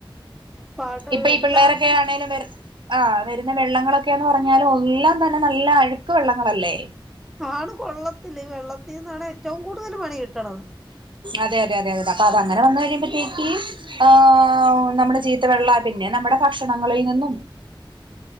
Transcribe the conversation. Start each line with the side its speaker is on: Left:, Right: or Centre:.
Centre: പാട്
Right: ഇപ്പൊ ഈ
Centre: എല്ലാർക്കും
Right: പിള്ളേരൊക്കെ ആണേലും വ ആഹ് വരുന്ന വെള്ളങ്ങളൊക്കെ എന്ന് പറഞ്ഞാലും എല്ലാം തന്നെ നല്ല അഴുക്ക് വെള്ളങ്ങളല്ലേ
Centre: ആണ് കൊള്ളത്തില്ല ഈ വെള്ളത്തിന്നാണ് ഏറ്റവും കൂടുതൽ പണി കിട്ടണത്
Right: അതെ അതെ അതെ അതെ അപ്പ അത് അങ്ങനെ വന്ന് കഴിയുമ്പത്തേക്ക് ആഹ് നമ്മളെ ചീ ത്ത വെള്ളവ പിന്നെ നമ്മുടെ ഭക്ഷണങ്ങളിൽ നിന്നും